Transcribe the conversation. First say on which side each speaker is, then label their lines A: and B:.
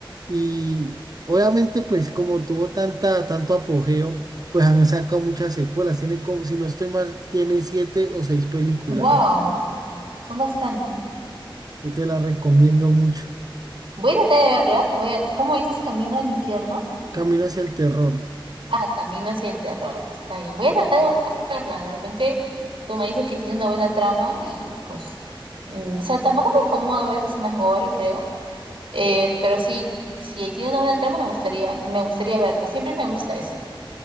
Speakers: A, on the right; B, on the right.
A: Y obviamente pues como tuvo tanta, tanto apogeo, pues han sacado muchas secuelas. Tiene como, si no estoy mal, tiene siete o seis películas.
B: Wow, son bastantes.
A: Yo te la recomiendo mucho.
B: Voy a tratar de verla. Voy a, ¿cómo dices? Camino al infierno.
A: Camino hacia el terror.
B: Ah, Camino hacia el terror. Está bien. Voy a tratar de buscarla. De repente tú me dices que tiene una buena trama y pues... mm, o sea, tampoco me incomoda ver esas escenas gore, creo. Eh, pero sí, si tiene una buena trama me gustaría, me gustaría verla. Siempre me gusta eso.